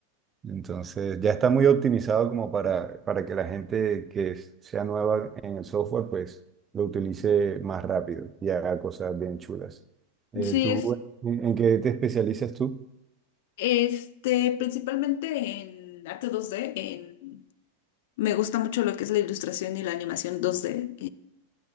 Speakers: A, on the right; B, on the left.
A: Entonces ya está muy optimizado como para, para que la gente que es- sea nueva en el software pues lo utilice más rápido y haga cosas bien chulas. Eh,
B: Sí,
A: ¿tú
B: es
A: en en qué te especializas tú?
B: este, principalmente en arte 2D, en- me gusta mucho lo que es la ilustración y la animación 2D.